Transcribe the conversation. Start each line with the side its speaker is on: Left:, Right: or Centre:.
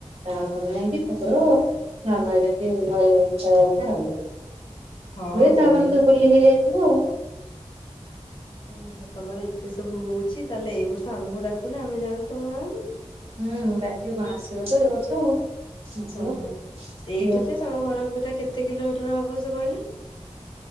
Right: ତାପରେ ଯାଇକି ଠାକୁର ନାନ ଏଠି ମିଠା
Left: ହଁ
Right: ହୁଏ ସାବନ
Left: ଯାଇ
Right: ତୁ ବୁଲି ହେଇଯାଇଥିବୁ ଆଉ
Left: ଓହୋ ତମର ଏତେ ସବୁ ହଉଛି ତାହେଲେ ଏଇ ବର୍ଷ ଆମକୁ ଡାକୁନ ଆମେ ଯାଅନ୍ତୁ ତମ ଗାଁକୁ।
Right: ହୁଁ ଡାକିବି କଣ ଆସିବ ତ ଏ ବର୍ଷ ଆଉ। ଆସିବ
Left: ଓହୋ ଏଇଠୁ
Right: ହଁ
Left: ଯେ ତମ ଘରଟା କେତେ। କିଲୋମିଟର ହବ ସେ କହିଲ।